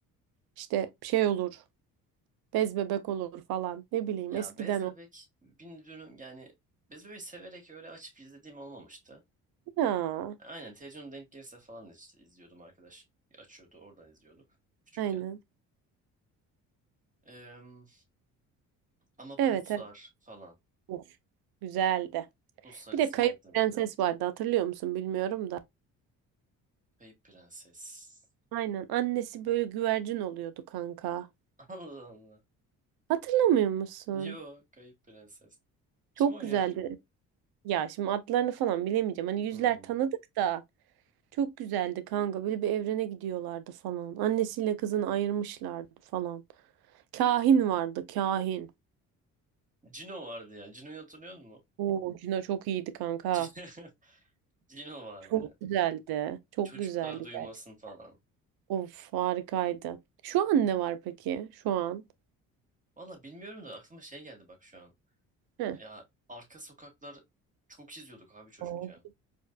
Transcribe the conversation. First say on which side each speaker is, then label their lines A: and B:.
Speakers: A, on the right; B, on the right.
A: İşte şey olur. Bez bebek olur falan. Ne bileyim
B: Ya
A: eskiden
B: Bez
A: o.
B: Bebek bin dönüm yani Bez Bebek'i severek öyle açıp izlediğim olmamıştı.
A: Ya,
B: Aynen televizyonda denk gelirse falan işte izliyordum arkadaş. Açıyordu oradan izliyorduk küçükken.
A: aynen.
B: Eee, ama
A: Evet
B: Pulsar
A: evet.
B: falan.
A: Of, güzeldi.
B: Pulsar
A: Bir
B: izlerdim.
A: de Kayıp Prenses vardı hatırlıyor musun bilmiyorum da.
B: Kayıp Prenses.
A: Aynen annesi böyle güvercin oluyordu kanka.
B: <laughs> Allah Allah.
A: Hatırlamıyor musun?
B: Yo Kayıp Prenses. Kim
A: Çok
B: oynuyordu?
A: güzeldi. Ya şimdi adlarını falan bilemeyeceğim. Hani yüzler
B: Hmm.
A: tanıdık da çok güzeldi kanka. Böyle bir evrene gidiyorlardı falan. Annesiyle kızını ayırmışlardı falan. Kahin vardı, kahin.
B: Cino vardı ya. Cino'yu hatırlıyor musun?
A: Oo, Cino çok iyiydi kanka.
B: <laughs> Cino vardı.
A: Çok güzeldi. Çok
B: Çocuklar
A: güzeldi
B: duymasın
A: gerçekten.
B: falan.
A: Of harikaydı. Şu an ne var peki? Şu an.
B: Valla bilmiyorum da aklıma şey geldi bak şu an.
A: Heh.
B: Ya Arka Sokaklar çok izliyorduk abi çocukken.
A: Oo.